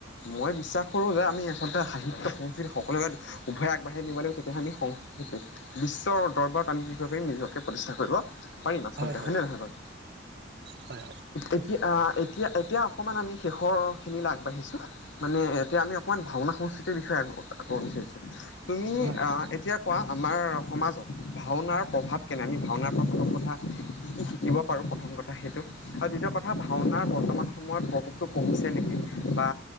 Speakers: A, on the left; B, on the right.
A: মই বিশ্বাস কৰো যে আমি আচলতে সাহিত্য সংস্কৃতি সকলো উভয়ে আগবাঢ়ি নিব লাগিব তেতিয়াহলে। সংস্কৃতি বিশ্বৰ দৰবাৰত আমি কি কৰিব পাৰিম নিজকে প্ৰতিষ্ঠা কৰিব পাৰিম আচলতে
B: হয় হয়
A: হয়নেে নহয় বাৰু
B: হয় হয়
A: এতিয়া এতিয়া এতিয়া অকমান আমি শেষৰ খিনিলৈ আগবাঢ়িছো। মানে এতিয়া আমি অকণমান ভাওনা সংস্কৃতিৰ বিষয়েব বিচাৰিছো তুমি
B: হয় হয়
A: অ এতিয়া কোৱা আমাৰ সমাজত ভাওনাৰ প্ৰভাৱ কেনে আমি ভাওনাৰ পৰা প্ৰথম কথা কি কি শিকিব পাৰোঁ প্ৰথম দ্বিতীয় কথা ভাওনা বৰ্তমান সময়ত কবটো কমিছে নেকি বা